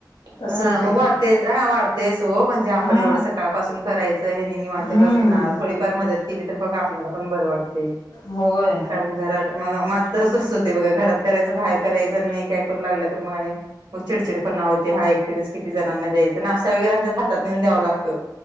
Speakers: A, on the left; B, on the right.
A: तस
B: ह.
A: होते
B: मग वाढतयच हा. वाढतयच हो. म्हणजे आ
A: हा
B: पण एवढं सका ळ पासन करायचं. हे नि निवांत
A: हम्म
B: बसणार थोडीफार मदत केली तर, मग आपल्याला पण बर वाटतय.
A: होय
B: कारण घरात मग माझं तरचत होते बघा घरात करायचं बाहेर करायचं आणि नाही काय करू लागलं तर मग आणि मग चिडचिड पणव्हते हा एकटीने किती जणांना द्यायच. नाशता वगैरे आमच्या हात नेऊन द्यावा लागतो.